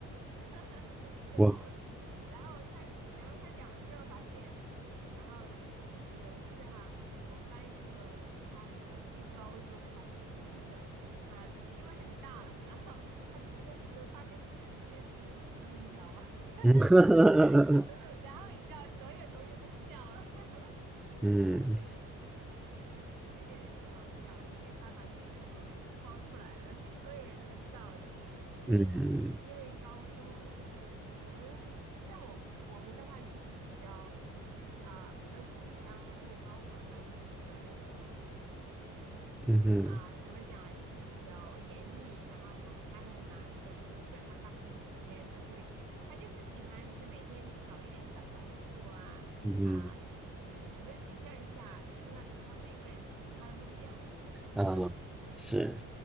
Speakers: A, on the right; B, in the centre.
A: <laughs> 对，
B: 我
A: 有点。然后他，然后他讲了之后发现，然后就是有一次哈，我们班有个就是他很调皮，是高中还还不是小学，他就是因为很大了嘛，然后他读着读着发现是自己的情书，你知道吗？<laughs>
B: 嗯 <laughs>
A: 然后你知道所有同学都笑了，<laughs>
B: 嗯
A: 就觉得很搞笑，因为他把自己的丑事爆出来了，那其实所有人都不知道的，因为因为高中那个时候是我们像我们我们的话就是比较
B: 嗯
A: 啊、比较紧张，因为高考的话就是比较那个。
B: 嗯哼
A: 啊、怎么讲呢？就是比较严厉，然后还还很难的，所以基本上大部分时间都会，他就是喜欢就是每天搞一点小动作啊啊、
B: 嗯
A: 就是反正取笑一下，基本上取笑每一个人，这是他的目标。<laughs>
B: 哼啊，是，